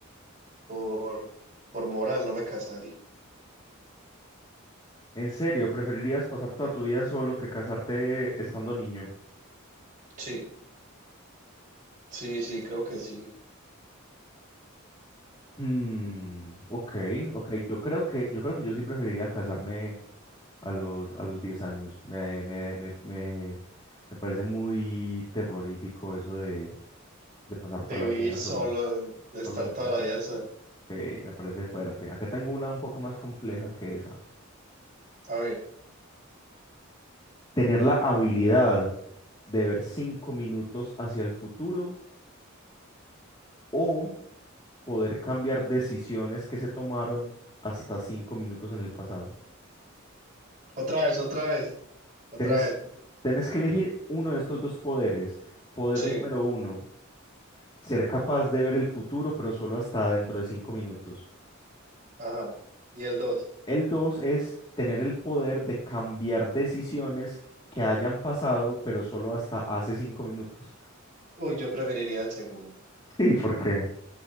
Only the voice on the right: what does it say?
Por, por moral no me casaría.
Sí, sí, sí, creo que sí.
De
vivir
solo,
de
estar
toda
la vida solo.
A ver,
otra vez, otra vez, otra
vez.
Sí,
ajá. Y el dos.
Uy, yo preferiría el segundo.